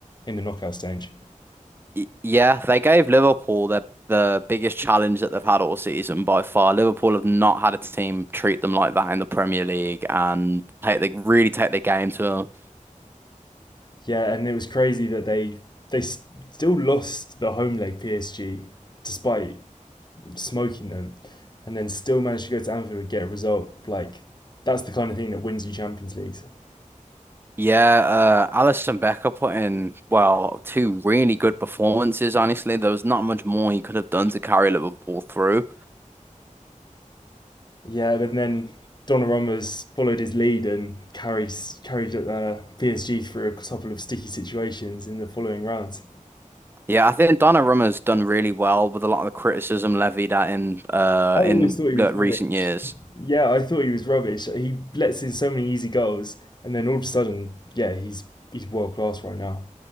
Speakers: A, on the left; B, on the right.
A: in the knockout stage.
B: Y- yeah, they gave Liverpool their the biggest challenge that they've had all season by far. Liverpool have not had a team treat them like that in the Premier League and take they really take the game to them.
A: Yeah, and it was crazy that they they still lost the home leg PSG despite smoking them, and then still managed to go to Anfield and get a result. Like that's the kind of thing that wins you Champions League.
B: Yeah, uh, Alisson Becker put in, well, two really good performances, honestly. There was not much more he could have done to carry Liverpool through.
A: Yeah, but then Donnarumma's followed his lead and carried carried uh, PSG through a couple of sticky situations in the following rounds.
B: Yeah, I think Donnarumma's done really well with a lot of the criticism levied at him uh,
A: I always
B: in
A: thought he
B: the
A: was
B: recent
A: rubbish.
B: years.
A: Yeah, I thought he was rubbish. He lets in so many easy goals, and then all of a sudden, yeah, he's he's world class right now.